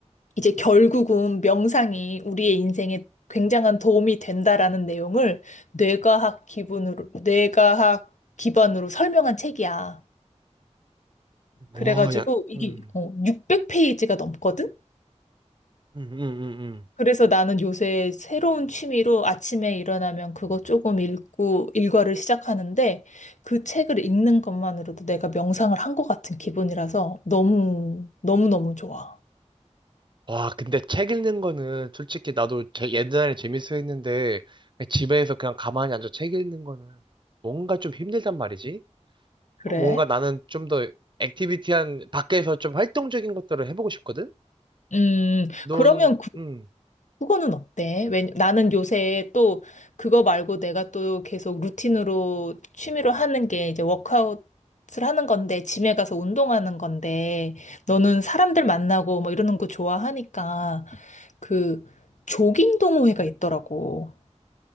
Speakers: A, on the left; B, on the right.
A: 이제 결국은 명상이 우리의 인생에 굉장한 도움이 된다라는 내용을 뇌과학 기분으로, 뇌과학 기반으로 설명한 책이야.
B: 와,
A: 그래가지고
B: 야,
A: 이게
B: 음,
A: 어, 600페이지가 넘거든?
B: 음, 음, 음, 음.
A: 그래서 나는 요새 새로운 취미로 아침에 일어나면 그거 조금 읽고 일과를 시작하는데 그 책을 읽는 것만으로도 내가 명상을 한 것 같은 기분이라서 너무, 너무너무 좋아.
B: 와, 근데 책 읽는 거는 솔직히 나도 제- 옛날에 재밌어 했는데 그냥 집에서 그냥 가만히 앉아 책 읽는 거는 뭔가 좀 힘들단 말이지?
A: 그래?
B: 어, 뭔가 나는 좀 더 액티비티한 밖에서 좀 활동적인 것들을 해보고 싶거든?
A: 음,
B: 너는
A: 그러면
B: 음.
A: 그거는 어때? 왜 나는 요새 또 그거 말고 내가 또 계속 루틴으로 취미로 하는 게 이제 워크아웃을 하는 건데 짐에 가서 운동하는 건데 너는 사람들 만나고 뭐 이러는 거 좋아하니까 그 조깅 동호회가 있더라고.